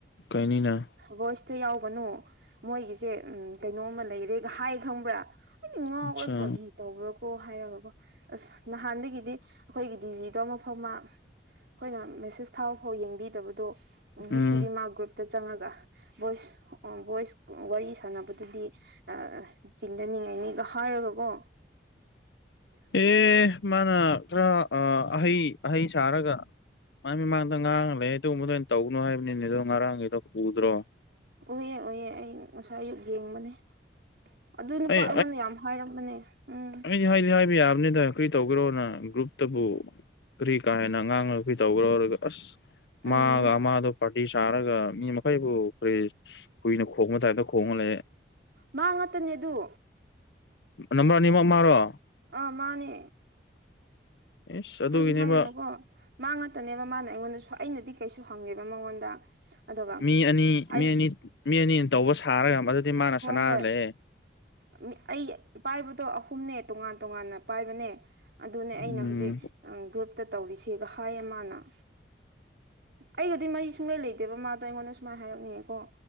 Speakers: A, on the left (about 70°); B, on the right (about 65°).
A: ꯀꯩꯅꯤꯅ
B: ꯚꯣꯏꯁꯇ ꯌꯥꯎꯕꯅꯣ ꯃꯣꯏꯒꯤꯁꯦ ꯎꯝ ꯀꯩꯅꯣꯝꯃ ꯂꯩꯔꯦꯒ ꯍꯥꯏ ꯈꯪꯕ꯭ꯔꯥ ꯉꯧꯕꯔ
A: ꯑꯆꯥ
B: ꯀꯔꯤ ꯇꯧꯕ꯭ꯔꯣ ꯀꯣ ꯍꯥꯏꯔꯒꯀꯣ ꯑꯁ ꯅꯍꯥꯟꯗꯒꯤꯗꯤ ꯑꯩꯈꯣꯏꯒꯤ ꯗꯤꯖꯤꯗꯣ ꯃꯐꯝ ꯑꯃ ꯑꯩꯈꯣꯏꯅ ꯃꯦꯁꯦꯁ ꯊꯥ ꯐꯥꯎ ꯌꯦꯡꯕꯤꯗꯕꯗꯣ
A: ꯎꯝ
B: ꯉꯁꯤꯗꯤ ꯃꯥ ꯒ꯭ꯔꯨꯞꯇ ꯆꯪꯉꯒ ꯚꯣꯏꯁ ꯚꯣꯏꯁ ꯋꯥꯔꯤ ꯁꯥꯟꯅꯕꯗꯨꯗꯤ ꯑ ꯆꯤꯡꯊꯟ ꯌꯦꯡꯅꯤꯒ ꯍꯥꯏꯔꯒꯀꯣ
A: ꯑꯦ ꯃꯥꯅ ꯈꯔ ꯑ ꯑꯍꯩ ꯑꯍꯩ ꯁꯥꯔꯒ ꯃꯥ ꯃꯃꯥꯡꯗ ꯉꯥꯡ ꯂꯩ ꯑꯗꯨꯒꯨꯝꯕꯗ ꯑꯩ ꯇꯧꯅꯣ ꯍꯥꯏꯕꯅꯤꯅꯦ ꯑꯗꯣ ꯉꯔꯥꯡꯒꯤꯗꯣ ꯎꯗ꯭ꯔꯣ
B: ꯑꯨꯏꯌꯦ ꯑꯨꯏꯌꯦ ꯑꯩ ꯉꯁꯥꯏ ꯑꯌꯨꯛ ꯌꯦꯡꯕꯅꯦ ꯑꯗꯨ ꯅꯨꯄꯥ
A: ꯑꯩ
B: ꯑꯩꯉꯣꯟꯗ ꯌꯥꯝ ꯍꯥꯏꯔꯝꯕꯅꯦ ꯎꯝ
A: ꯍꯥꯏꯅꯤ ꯍꯥꯏꯕ ꯌꯥꯕꯅꯤꯗ ꯀꯔꯤ ꯇꯧꯒꯦꯔꯣꯅ ꯒ꯭ꯔꯨꯞꯇꯕꯨ ꯀꯔꯤ ꯀꯥꯥꯏꯅ ꯑꯉꯥꯡ ꯅꯨꯄꯤ ꯇꯧꯈ꯭ꯔꯣꯔꯒ ꯑꯁ
B: ꯎꯝ
A: ꯃꯥꯒ ꯑꯃꯥꯗꯣ ꯑꯩ ꯁꯥꯔꯒ ꯃꯤ ꯃꯈꯩꯕꯨ ꯀꯔꯦ ꯀꯨꯏꯅ ꯈꯣꯡꯕ ꯇꯥꯏꯞꯇ ꯈꯣꯡꯍꯜꯂꯦ
B: ꯃ ꯉꯥꯛꯇꯅꯦ ꯑꯗꯨ
A: ꯅꯝꯕꯔꯥꯅꯤꯃꯛ ꯃꯥꯔꯣ
B: ꯑꯥ ꯃꯥꯅꯦ
A: <unintelligible> ꯑꯦꯁ ꯑꯗꯨꯒꯤꯅꯦꯕ
B: ꯍꯥꯏꯗꯤ ꯍꯥꯏꯔꯅꯨꯀꯣ ꯃꯥ ꯉꯥꯛꯇꯅꯦꯕ ꯃꯥꯅ ꯑꯩꯉꯣꯟꯗꯁꯨ ꯑꯩꯅꯗꯤ ꯀꯩꯁꯨ ꯍꯪꯉꯦꯕ ꯃꯉꯣꯟꯗ ꯑꯗꯨꯒ
A: ꯃꯤ ꯑꯅꯤ
B: ꯑꯩ
A: ꯃꯤ ꯑꯅꯤ ꯃꯤ ꯑꯅꯤ ꯇꯧꯕ ꯁꯥꯔꯒ ꯃꯗꯨꯗꯤ ꯃꯥꯅ
B: ꯍꯣꯏ
A: ꯁꯅꯥꯔ
B: ꯍꯣꯏ
A: ꯂꯩ
B: ꯃꯤ- ꯑꯩ ꯄꯥꯏꯕꯗꯣ ꯑꯍꯨꯝꯅꯦ ꯇꯣꯉꯥꯟ ꯇꯣꯉꯥꯟꯅ ꯄꯥꯏꯕꯅꯦ ꯑꯗꯨꯅꯦ ꯑꯩꯅ
A: ꯎꯝ
B: ꯍꯧꯖꯤꯛ ꯒ꯭ꯔꯨꯞꯇ ꯇꯧꯔꯤꯁꯤꯒ ꯍꯥꯏꯌꯦ ꯃꯥꯅ ꯑꯩꯒꯗꯤ ꯃꯔꯤ ꯁꯨꯡꯂꯩ ꯂꯩꯗꯦꯕ ꯃꯥꯗꯣ ꯑꯩꯉꯣꯟꯗ ꯁꯨꯃꯥꯏꯅ ꯍꯥꯏꯔꯛꯅꯤꯡꯉꯦꯀꯣ